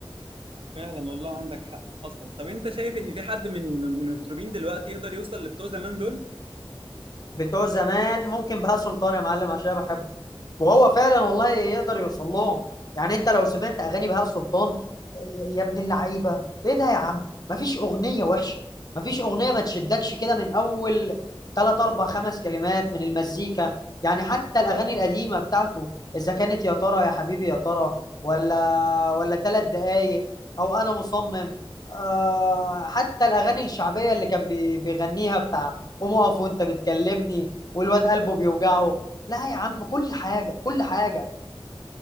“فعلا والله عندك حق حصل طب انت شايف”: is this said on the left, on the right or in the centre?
Right